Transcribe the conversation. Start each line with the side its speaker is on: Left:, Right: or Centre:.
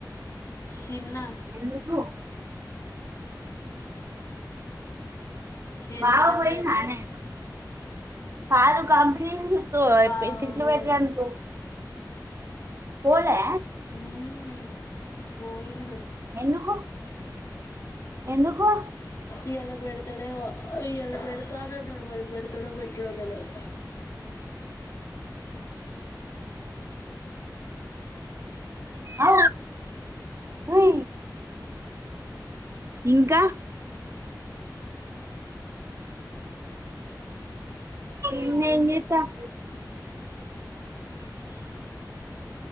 Left: తిన్నా
Right: ఎందుకు
Left: ఎందుకంటే
Right: బావ పోయిన్న
Left: ఏంది
Right: నే కాదు కంప్ శిల్ శిత్తో
Left: బావ
Right: పెన్సిల్
Left: పోలే
Right: పెట్ రనుకో పోలా
Left: హూ మ్ పోయిండు
Right: ఎందుకు ఎందుకో
Left: ఇయళ పెడతాడే మో ఇయాళ పెడతా నన్నాడు మరి పెడతాడో పెట్టడో తెలద్
Right: ఆ అ ఇంకా ఇంగ మ్ చేస్త <inaudible>